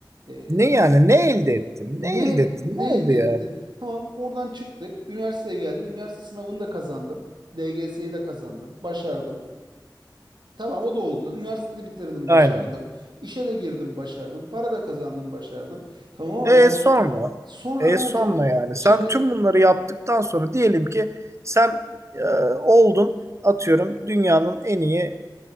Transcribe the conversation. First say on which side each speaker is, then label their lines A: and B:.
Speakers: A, on the right; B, on the right.
A: e,
B: Ne
A: ben
B: yani? Ne elde ettin?
A: Ne,
B: Ne elde ettin?
A: ne
B: Ne oldu
A: elde
B: yani?
A: ettin? Tamam oradan çıktık. Üniversiteye geldim. Üniversite sınavını da kazandım. DGS'yi de kazandım. Başardım. Tamam o da oldu. Üniversiteyi de bitirdim,
B: Aynen.
A: başardım. İşe de girdim, başardım. Para da kazandım, başardım. Tamam ama
B: E
A: ben şimdi
B: sonra,
A: sonra
B: e
A: ne
B: sonra
A: olacak?
B: yani
A: Şimdi
B: sen tüm bunları yaptıktan sonra diyelim ki sen e, oldun atıyorum dünyanın en iyi e,